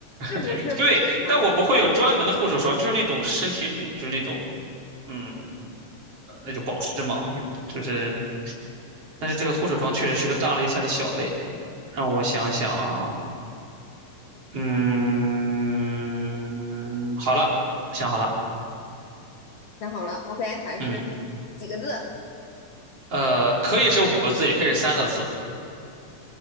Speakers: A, on the left; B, on the right.
A: 是不是非常的？
B: <laughs> 对，但我不会有专门的护手霜，就是那种身体乳，就是那种嗯，呃那种保湿嘛，也就是，但是这个护手霜确实是个大类下的小类。让我想想啊，嗯，好了，想好了，
A: 太好了，OK，还是
B: 嗯，
A: 几个字？
B: 呃，可以是五个字，也可以是三个字，